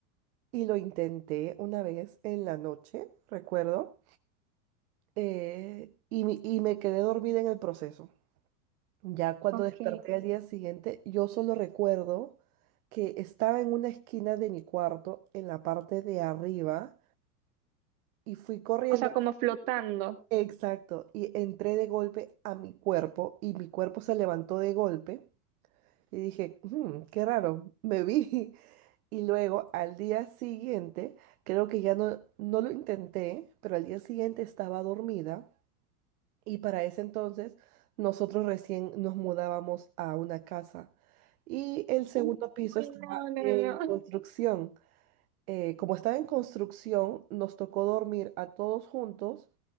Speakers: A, on the right; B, on the right.
A: Y lo intenté una vez en la noche, recuerdo, eh, y, me- y me quedé dormida en el proceso. Ya cuando
B: Ok.
A: desperté al día siguiente, yo solo recuerdo que estaba en una esquina de mi cuarto, en la parte de arriba, y fui corriendo,
B: O sea, como flotando.
A: exacto, y entré de golpe a mi cuerpo, y mi cuerpo se levantó de golpe, y dije, "Hmm, qué raro, me vi. Y luego al día siguiente, creo que ya no, no lo intenté, pero al día siguiente estaba dormida y para ese entonces nosotros recién nos mudábamos a una casa y el segundo
B: Uy,
A: piso estaba
B: no, no,
A: en
B: no.
A: construcción. Eh, como estaba en construcción, nos tocó dormir a todos juntos